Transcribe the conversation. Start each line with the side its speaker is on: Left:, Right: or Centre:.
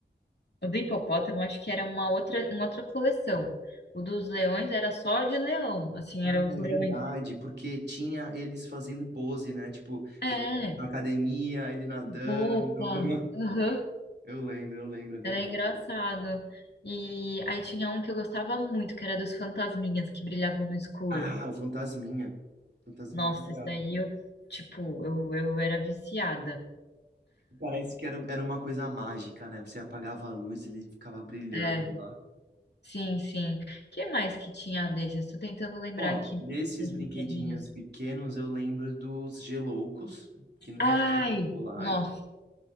Left: o do hipopótamo acho que era uma outra, uma outra coleção. O dos leões era só de leão, assim,
Right: Ah,
Left: eram os
Right: é
Left: leões.
Right: verdade, porque tinha eles fazendo pose, né? Tipo,
Left: É,
Right: ele na academia, ele nadando.
Left: roupa.
Right: <laughs>
Left: Aham,
Right: Eu lembro, eu lembro, é verdade.
Left: Era engraçado. E aí tinha um que eu gostava muito, que era dos fantasminhas que brilhavam no escuro.
Right: Ah, o Fantasminha. Fantasminha
Left: Nossa,
Right: é legal.
Left: isso daí eu, tipo, eu, eu era viciada.
Right: Parece que era, era uma coisa mágica, né? Você apagava a luz, ele ficava brilhando
Left: É,
Right: lá.
Left: sim, sim. que mais que tinha desses? Estou tentando lembrar
Right: Ó,
Left: aqui
Right: desses
Left: dos
Right: brinquedinhos
Left: brinquedinhos.
Right: pequenos, eu lembro dos geloucos, que não
Left: Ai,
Right: eram chocolates.
Left: nossa,